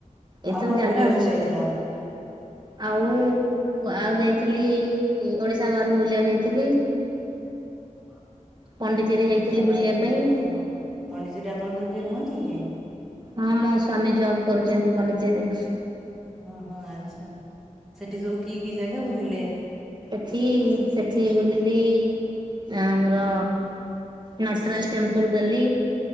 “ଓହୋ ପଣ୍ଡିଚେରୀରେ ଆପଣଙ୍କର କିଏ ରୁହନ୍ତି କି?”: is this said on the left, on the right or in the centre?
Centre